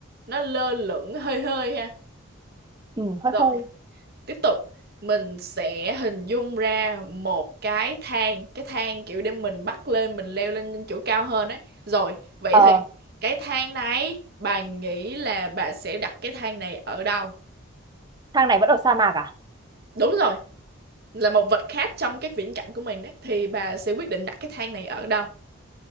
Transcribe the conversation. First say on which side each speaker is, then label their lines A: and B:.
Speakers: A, on the right; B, on the right.
A: nó lơ lửng hơi hơi ha.
B: Ừ, hơi
A: Rồi,
B: hơi.
A: tiếp tục. Mình sẽ hình dung ra một cái thang, cái thang kiểu để mình bắt lên, mình leo lên chỗ cao hơn ấy. Rồi, vậy
B: Ờ,
A: thì cái thang này bà nghĩ là bà sẽ đặt cái thang này ở đâu?
B: thang này vẫn ở sa mạc à?
A: Đúng rồi. là một vật khác trong cái viễn cảnh của mình đấy thì bà sẽ quyết định đặt cái thang này ở đâu